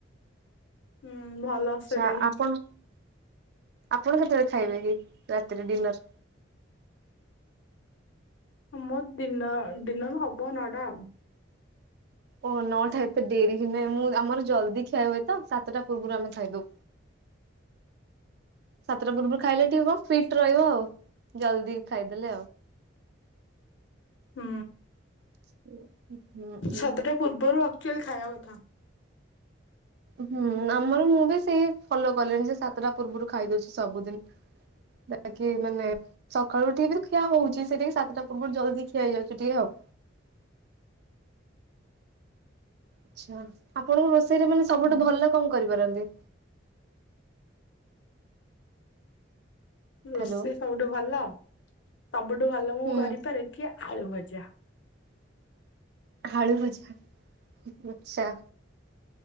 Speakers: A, on the left; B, on the right.
A: ହୁଁ ଭଲ।
B: ଆଛା
A: ସେଇଟା ହିଁ
B: ଆପଣ ଆପଣ କେତେବେଳେ ଖାଇବେ କି ରାତିରେ ଡିନର୍।
A: ମୋର ଡିନ ଡିନର୍ ହବ ନଅଟା ଆଉ।
B: ଓହ ନଅଟା ଏତେ ଡେରି ହେଲାଣି ମୁଁ ଆମର ଜଲଦି ଖିଆ ହୁଏ ତ ସାତଟା ପୂର୍ବରୁ ଆମେ ଖାଇଦୋଉ। ସାତଟା ପୂର୍ବରୁ ଖାଇଲେ ଟିକେ କଣ ଫିଟ୍ ରହିବ ଆଉ ଜଲ୍ଦି ଖାଇଦେଲେ ଆଉ।
A: ହୁଁ।
B: <inaudible> ହୁଁ
A: ସାତଟା ପୂର୍ବରୁ ଆକ୍ଚୁଆଲି ଖାଇବା କଥା।
B: ହୁଁ ଆମର ମୁଁ ବି ସେଇ ଫଲୋ କଲିଣି ଯେ ସାତଟା ପୂର୍ବରୁ ଖାଇଦଉଚି ସବୁଦିନ୍। ସେଟା କିି ମାନେ। ସକାଳୁଉଠିକି ବି ଖିଆ ହଉଚି ସେଇଟା ସାତଟା ପୂର୍ବରୁ ଜଳଖିଆ ଖିଆ ହେଇଯାଉଚି ଟିକେ ଆଉ। ଆଚ୍ଛା ଆପଣଙ୍କୁ ରୋଷେଇରେ ମାନେ ସବୁଠୁ
A: ହୁଁ
B: ଭଲ କଁ କରିପାରନ୍ତି?
A: ରୋଷେଇ
B: ହ୍ୟାଲୋ
A: ସବୁଠୁ ଭଲ ସବୁଠୁ ଭଲ ମୁଁ
B: ହୁଁ।
A: କରିପାରେ କି ଆଳୁ ଭଜା।
B: ଆଳୁ ଭଜା ଆଚ୍ଛା।